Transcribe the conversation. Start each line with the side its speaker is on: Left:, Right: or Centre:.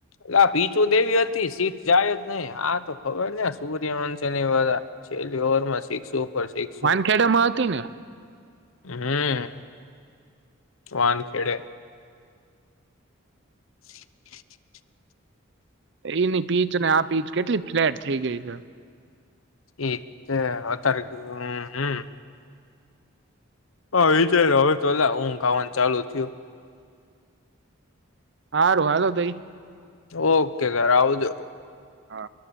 Left: લા પીચું જ દેવી હતી સિક્સ જાય જ નઈ આ હા તો ખબર ને સૂર્યવંશ વા છેલ્લી ઓવર માં સિક્સો ઉપર સિક્સો
Right: વાનખેડામાં હતી ને?
Left: હમ્મ, વાનખેડે. <inaudible>
Right: ઈની પીચ અને આ પીચ કેટલી ફ્લેટ થઈ ગઈ છે.
Left: એ તો અતાર હમ્મ હમ્મ. હા વિચાર હવે તો લા ઊંઘ આવાનું ચાલુ થયું.
Right: હારું હાલો તઈ.
Left: ઓકે ઘરે આવજો.
Right: હા.